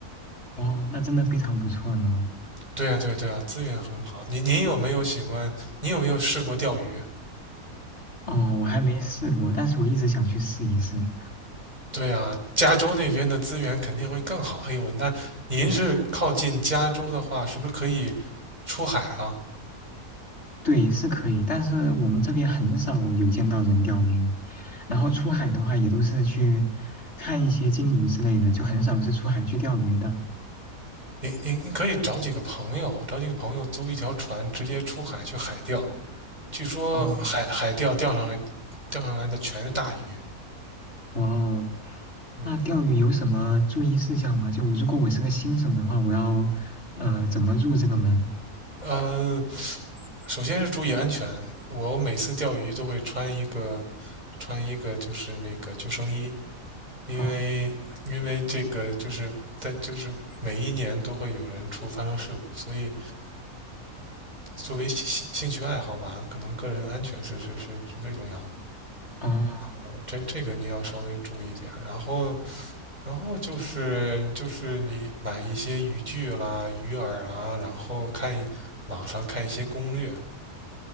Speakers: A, on the left (about 45°); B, on the right (about 30°).
A: 哦，那真的非常不错呢。
B: 对啊对啊对啊，资源很好。您您有没有喜欢？您有没有试过钓鱼？
A: 哦，我还没试过，但是我一直想去试一试。
B: 对啊，加州那边的资源肯定会更好。哎呦，那您是靠近加州的话，
A: 对，
B: 是不是可以出海了？
A: 对，是可以，但是我们这边很少有见到人钓鱼，然后出海的话也都是去看一些鲸鱼之类的，就很少是出海去钓鱼的。
B: 您您您可以找几个朋友，找几个朋友租一条船，直接出海去海钓。据说海海钓钓上来
A: 嗯，
B: 钓上来的全是大鱼。
A: 哇哦，
B: 嗯，
A: 那钓鱼有什么注意事项吗？就如果我是个新手的话，我要呃怎么入这个门？
B: 呃，首先是注意安全。我每次钓鱼都会穿一个穿一个就是那个救生衣，因为因为这个就是在就是每一年都会有人出发生事故，
A: 哦
B: 所以作为兴兴趣爱好吧，可能个人安全是是是是最重要的。
A: 哦
B: 呃这这个你要稍微注意一点然后然后就是就是你买一些渔具啦、鱼饵啦，然后看一网上看一些攻略，